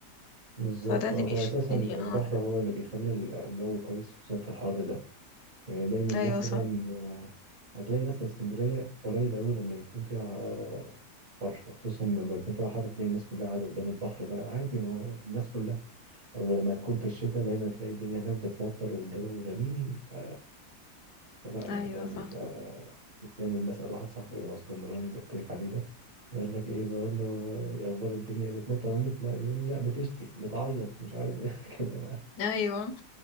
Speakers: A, on the right (about 30°); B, on the left (about 75°).
A: بالظبط
B: فده اللي
A: آه،
B: بيشدني
A: هو اساسا البحر
B: اه
A: هو اللي بيخلي الجو كويس خصوصا في الحر ده يعني دايما
B: أيوة
A: مثلا
B: صح
A: آه، هتلاقي مثلا اسكندرية قليل قوي لما يكون فيها آه، حر خصوصا لما يكون فيها حر تلاقي الناس كلها قاعدة قدام البحر بقى عادي ما هو الناس كلها أو لما تكون في الشتاء دايما تلاقي الدنيا هناك بتمطر والجو جميل ف... فلا لا
B: أيوة
A: ده بيبقى
B: صح
A: دايما بسأل واحد صاحبي هو اسكندراني اللي قلت لك عليه ده يقول لك ايه بقول له يا اخبار الدنيا ايه بتمطر عندك لا بيقول لي لا بتشتي بتعيط مش عارف إيه <laughs> كده بقى
B: أيوة